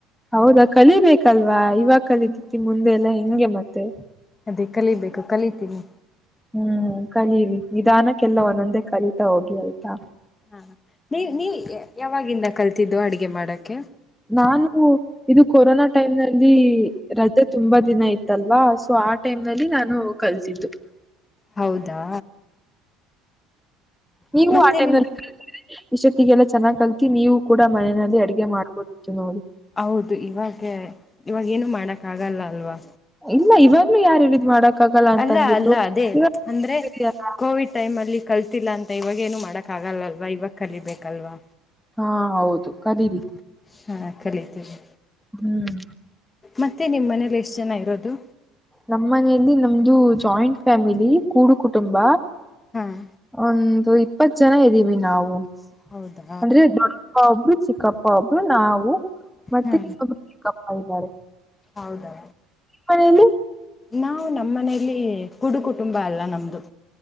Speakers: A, in the centre; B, on the left.
A: ಹೌದಾ ಕಲಿಬೇಕಲ್ವಾ ಇವಾಗ ಕಲಿದತಿ ಮುಂದೆ ಎಲ್ಲಾ ಹೆಂಗೆ ಮತ್ತೆ
B: ಅದೇ ಕಲಿಬೇಕು ಕಲಿತೀನಿ
A: ಹ್ಮ್ ಕಲೀರಿ ನಿಧಾನಕ್ಕೆಲ್ಲ ಒಂದೊಂದೇ ಕಲೀತಾ ಹೋಗಿ ಆಯ್ತಾ
B: ಹಾ ನೀ ನೀ ಯಾವಾಗಿಂದ ಕಲ್ತಿದ್ದು ಅಡಗೆ ಮಾಡಕ್ಕೆ
A: ನಾನು ಇದು ಕೊರೋನಾ ಟೈಮ್ ನಲ್ಲಿ ರಜೆ ತುಂಬಾ ದಿನ ಇತ್ತಲ್ವಾ ಸೊ ಆ ಟೈಮ್ ನಲ್ಲಿ ನಾನು ಕಲ್ತಿದ್ದು
B: ಹೌದಾ
A: ನೀವು
B: ಮತ್ತೆ
A: ಆ ಟೈಮ್
B: ನಿಮ್
A: ನಲ್ಲಿ ಕಲ್ತಿದ್ರೆ ಇಷ್ಟೊತ್ತಿಗೆಲ್ಲ ಚೆನ್ನಾಗ್ ಕಲ್ತಿ ನೀವು ಕೂಡ ಮನೆಯಲ್ಲಿ ಅಡಗೆ ಮಾಡ್ಬೋದು ಚೆನ್ನಾಡಿ
B: ಹೌದು ಇವಾಗೇ ಇವಾಗ ಏನು ಮಾಡಕ್ ಆಗಲ್ಲ ಅಲ್ವಾ
A: ಇಲ್ಲ ಇವಾಗ್ಲುೂ ಯಾರ ಹೇಳಿದ್ ಮಾಡಕ್ ಆಗಲ್ಲ ಅಂತ
B: ಅಲ್ಲ
A: ಅಂದ್ಬಿಟ್ಟು
B: ಅಲ್ಲ ಅದೇ
A: ಇವಾಗ
B: ಅಂದ್ರೆ ಕೋವಿಡ್ ಟೈಮ್ ಅಲ್ಲಿ ಕಲ್ತಿಲ್ಲಾ ಅಂತ ಇವಾಗೇನು ಮಾಡಕ್ ಆಗಲ್ಲಲ್ವಾ ಇವಾಗ ಕಲಿಬೇಕಲ್ವಾ.
A: ಹಾ ಹೌದು ಕಲೀರೀ
B: ಹಾ ಕಲಿತೀವಿ
A: ಹ್ಮ್
B: ಮತ್ತೆ ನಿಮ್ಮ ಮನೇಲಿ ಎಷ್ಟು ಜನ ಇರೋದು.
A: ನಮ್ಮ್ ಮನೆಯಲ್ಲಿ ನಮ್ದು ಜಾಯಿಂಟ್ ಫ್ಯಾಮಿಲಿ ಕೂಡು ಕುಟುಂಬ.
B: ಹ್ಮ್
A: ಒಂದು ಇಪ್ಪತ್ ಜನ ಇದ್ದೀವಿ ನಾವು
B: ಹೌದಾ
A: ಅಂದ್ರೆ ದೋಡ್ಡ ಆ ಒಬ್ರು ಚಿಕ್ಕಪ್ಪಾಬ್ರು ನಾವು ಮತ್ತೆ
B: ಹಾ
A: ಇನ್ನೊಬ್ರು ಚಿಕ್ಕಪ್ಪ ಇದ್ದಾರೆ.
B: ಹೌದಾ
A: ಮಣನು
B: ನಾವು ನಮ್ಮ ಮನೇಲಿ ಕುಡು ಕುಟುಂಬ ಅಲ್ಲ ನಮ್ದು